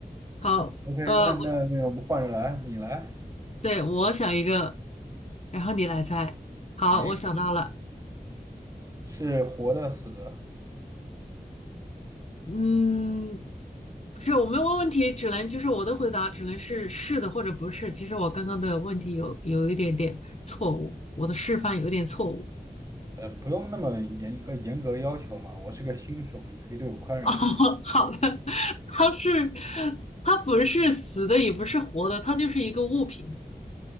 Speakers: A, on the left (about 45°); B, on the right (about 20°).
A: 好，
B: OK，
A: 呃，
B: 那那那我们换着来，
A: 我
B: 你来，
A: 对我想一个，然后你来猜。好，
B: 行，
A: 我想到了，
B: 是活的死的，
A: 嗯，不是，我们问问题只能就是我的回答只能是是的或者不是。其实我刚刚的问题有有一点点错误，我的示范有点错误。
B: 呃，不用那么严格严格要求嘛，我是个新手，你可以对我宽容一点。
A: <laughs> 哦，好的，它是它不是死的，也不是活的，它就是一个物品。